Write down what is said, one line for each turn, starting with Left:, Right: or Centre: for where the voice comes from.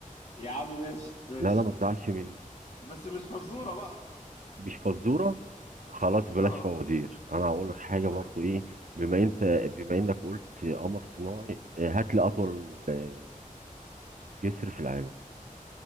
Left: يا عم ماشي ماشي
Right: لا لا ما تزعلش مني
Left: بس مش فزورة بقى
Right: مش فزورة خلاص بلاش
Left: اه
Right: فوازير أنا هقول لك حاجة
Left: طيب
Right: برضو إيه بما أنت بما إنك قلت قمر صناعي آه، هات لي أطول آه، جسر في العالم